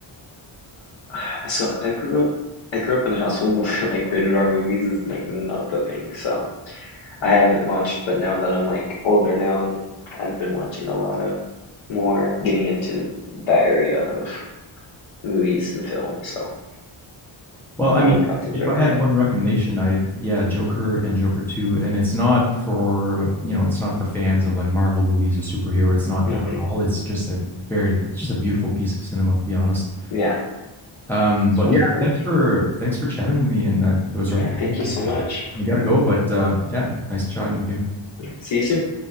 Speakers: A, on the left; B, in the centre.
A: <sighs> so I grew up. I grew up in a household <laughs> where like rated R movies is like not the thing. So I haven't watched, but now that I'm like older now and I've been watching a lot of more getting into that area of movies and film, so
B: Well, I
A: I
B: mean,
A: haven't got to
B: if
A: Joker
B: I had one recommendation, I yeah, Joker and Joker 2, and it's not for, you know, it's not for fans of like Marvel movies or superhero. It's not
A: yet.
B: that at
A: hmm
B: all. It's just a very it's just a beautiful piece of cinema, to be honest.
A: Yeah,
B: Um,
A: that's
B: but
A: what
B: yeah,
A: I've
B: thanks
A: heard.
B: for thanks for chatting with me and uh, those recommendations.
A: Yeah, thank you so much.
B: I gotta go, but uh, yeah, nice chatting with you.
A: See you soon.